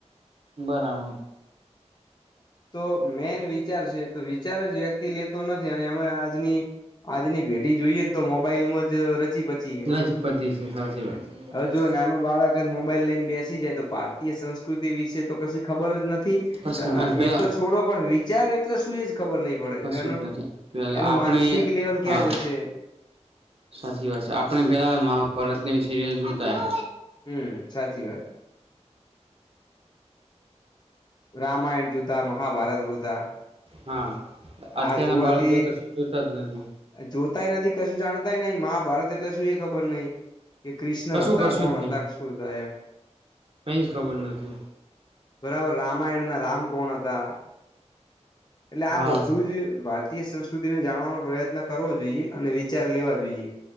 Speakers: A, on the right; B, on the left.
A: બરાબર.
B: તો મેન વિચાર છે તો વિચાર જ વ્યક્તિ લેતો નથી અને મે આજની આજની ભેઢી જોઈએ ને તો મોબાઈલમાં જ રચી પચી હે.
A: રજપતિ છે સાચી વાત છે
B: હવે જો નાનું બાળક જ મોબાઈલ લઈને બેસી જાય તો ભારતીય સંસ્કૃતિ વિશે તો કશી ખબર જ નથી.
A: કશું
B: અ
A: અને પેલા
B: એ તો છોડો પણ ચાર એટલે શું એ ખબર નહી પડે
A: કશું
B: તો એનું
A: જ નથી પેલા
B: એનું
A: આપણે
B: માનસિક લેવલ ક્યાં
A: હા
B: જશે
A: સાચી વાત છે આપણે પેલા મહાભારતની સિરિયલ જોતા એમ
B: હમ સાચી વાત રામાયણ જોતા મહાભારત જોતા જોતા
A: હા અત્યારના
B: આ જોવાથી
A: બાળકો કશું જોતા જ નથી
B: આ જોતા નથી કશું જાણતાય નહિ મહાભારત એટલે શું એ ખબર નહિ કે કૃષ્ણ
A: કશું
B: હતા
A: કશું
B: કોણ
A: જ નહી
B: હતા શું હતા એમ
A: કઈ જ ખબર નથી
B: બરાબર રામાયણ ના રામ કોણ હતા એટલે આ
A: હા
B: બધું જ ભારતીય ભારતીય સંસ્કૃતિને જાણવાનો પ્રયત્ન કરવો જોઈએ અને વિચાર લેવા જોઈએ